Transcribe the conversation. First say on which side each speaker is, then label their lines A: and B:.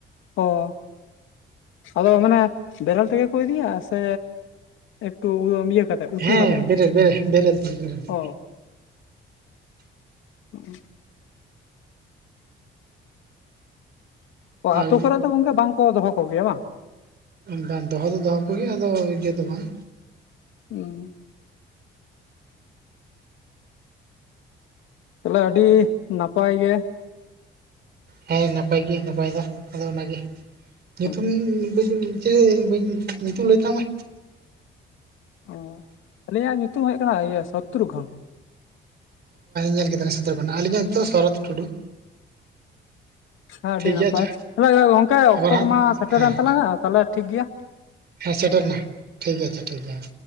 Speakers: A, on the left; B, on the right.
A: ᱚ <unintelligible> ᱟᱫᱚ ᱢᱟᱱᱮ ᱵᱮᱨᱮᱞ ᱛᱮᱜᱮ ᱠᱚ ᱤᱫᱤᱭᱟ ᱥᱮ ᱮᱠᱴᱩ ᱤᱭᱟᱹ ᱠᱟᱛᱮ ᱩᱛᱩ
B: ᱦᱮᱸ
A: ᱠᱟᱛᱮᱫ
B: ᱵᱮᱨᱮᱞ ᱵᱮᱨᱮᱞ ᱵᱮᱨᱮᱞ ᱛᱮᱜᱮ ᱵᱮᱨᱮᱞ ᱛᱮᱜᱮ
A: ᱚ <inaudible> ᱦ ᱚ ᱟᱛᱳ
B: ᱟᱨ
A: ᱠᱚᱨᱮ ᱫᱚ ᱜᱚᱝᱠᱮ ᱵᱟᱝ ᱠᱚ ᱫᱚᱦᱚ ᱠᱚᱜᱮᱭᱟ ᱵᱟᱝ
B: ᱚᱱᱠᱟ ᱫᱚᱦᱚ ᱫᱚ ᱫᱚᱦᱚ ᱠᱚ ᱦᱩᱭᱩᱜ-ᱟ ᱟᱫᱚ ᱤᱭᱟᱹ ᱫᱚ ᱵᱟᱝ
A: ᱦᱸ <unintelligible> ᱛᱟᱦᱚᱞᱮ ᱟᱹᱰᱤ ᱱᱟᱯᱟᱭ ᱜᱮ
B: ᱦᱮᱸ ᱱᱟᱯᱟᱭ ᱜᱮ ᱱᱟᱯᱟᱭ ᱫᱚ, ᱟᱫᱚ ᱚᱱᱟᱜᱮ ᱧᱩᱛᱩᱢ
A: ᱦᱮᱸ
B: ᱵᱟ. ᱪᱮᱫ ᱵᱟᱹᱧ <unintelligible> ᱧᱩᱛᱩᱢ ᱞᱟ. ᱭ ᱛᱟᱞᱟᱝ ᱢᱮ
A: ᱚ ᱟᱹᱞᱤᱧᱟᱜ ᱧᱩᱛᱩᱢ ᱦᱩᱭᱩᱜ ᱠᱟᱱᱟ ᱤᱭᱟᱹ ᱥᱚᱛᱨᱩᱜᱷᱚᱱ
B: ᱧᱮᱞ ᱠᱮᱫᱟᱞᱤᱧ ᱥᱚᱛᱨᱩᱜᱷᱚᱱ ᱟᱹᱞᱤᱧ ᱟᱜ ᱫᱚ ᱥᱚᱨᱚᱛ ᱴᱩᱰᱩ᱾
A: ᱮ ᱟᱹᱰᱤ
B: ᱴᱷᱤᱠ
A: ᱱᱟᱯᱟᱭ
B: ᱜᱮᱭᱟ ᱟᱪᱪᱷᱟ
A: ᱛᱟᱦᱮ ᱜᱚᱝᱠᱮ
B: ᱟᱵᱟᱨ
A: ᱚᱠᱛᱚ
B: ᱦᱟᱸᱜ
A: ᱠᱚᱢᱟ ᱥᱮᱴᱨᱮ
B: ᱦᱮᱸ
A: ᱮᱱ ᱛᱟᱞᱟᱝᱼᱟ ᱛᱟᱦᱚᱞᱮ ᱴᱷᱤᱠ ᱜᱮᱭᱟ᱾
B: ᱦᱮᱸ ᱥᱮᱴᱮᱨ ᱮᱱᱟ ᱴᱷᱤᱠ ᱜᱮ ᱟᱪᱷᱟ ᱴᱷᱤᱠ ᱜᱮᱭᱟ ᱦᱮᱸ᱾